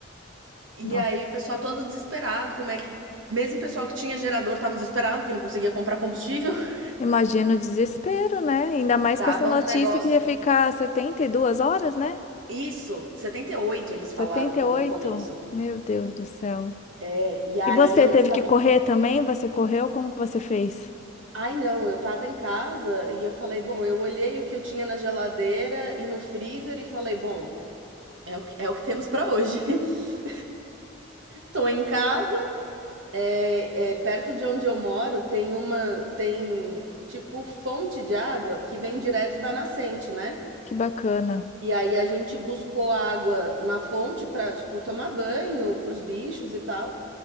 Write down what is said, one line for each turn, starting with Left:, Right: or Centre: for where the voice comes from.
Right: E
Left: Nossa,
Right: aí o pessoal todo desesperado, como é que. Mesmo o pessoal que tinha gerador tava desesperado, porque não conseguia comprar combustível. <laughs>
Left: imagina o desespero, né? Ainda mais
Right: Tava
Left: com essa notícia
Right: um negócio.
Left: que ia ficar 72 horas, né?
Right: Isso, 78 eles falaram
Left: Setenta
Right: como
Left: e oito.
Right: no começo.
Left: Meu Deus do céu.
Right: É, e aí
Left: E você
Right: eles
Left: teve
Right: estavam.
Left: que correr também? Você correu? Como que você fez?
Right: Ai, não, eu tava em casa e eu falei, bom, eu olhei o que eu tinha na geladeira e no freezer e falei, bom, é o que, é o que temos pra hoje. <laughs> Tô em casa, É, é, perto de onde eu moro tem uma, tem tipo fonte de água que vem direto da nascente, né?
Left: Que bacana.
Right: E aí a gente buscou água na fonte pra, tipo, tomar banho pros bichos e tal.